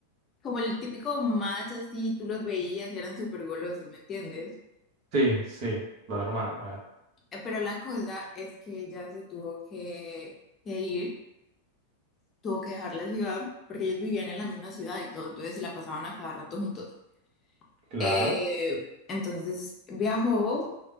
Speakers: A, on the left (about 25°); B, on the right (about 45°).
A: como el típico match así, tú los veías y eran súper golosos, ¿me entiendes?
B: Sí, sí, lo normal. A ver.
A: Eh, Pero la cosa es que ella se tuvo que, que ir, tuvo que dejar la ciudad, porque ellos vivían en la misma ciudad y todo, entonces se la pasaban a cada rato juntos.
B: Claro.
A: Eh, entonces viajó